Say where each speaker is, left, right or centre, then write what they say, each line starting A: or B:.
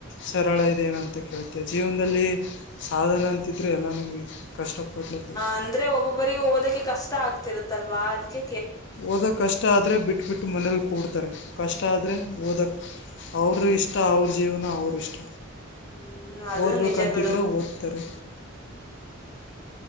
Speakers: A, on the left; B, on the left.
A: ಸರಳ ಇದೆಯೇನ ಅಂತ ಕೇಳ್ತಾ ಇದ್ದೀಯಾ ಜೀವನದಲ್ಲಿ ಸಾಧನ ಅಂತಿದ್ರೆ ಎಲ್ಲನೂ ಕಷ್ಟಪಡಲೇಬೇಕು
B: ಅಂದ್ರೆ ಒಬ್ಬೊಬ್ಬರಿಗೆ ಓದೋದು ಕಷ್ಟ ಕಷ್ಟ ಆಗ್ತಿರುತ್ತಲ್ವಾ ಅದ್ಕೆ
A: ಓದಕ್ ಕಷ್ಟಾ ಆದ್ರೆ ಬಿಟ್ ಬಿಟು ಮನೆಯಲ್ ಕುಡ್ತಾರೆ ಕಷ್ಟ ಆದ್ರೆ ಓದಕ್ ಅವರಿಷ್ಟ ಅವ್ರು ಜೀವ್ನ ಅವರಿಷ್ಟ
B: ಹ್ಮ ಅದು
A: ಓದಬೇಕು
B: ನಿಜ
A: ಅಂತ
B: ಬಿಡು
A: ಇದ್ರೆ ಓದ್ತಾರೆ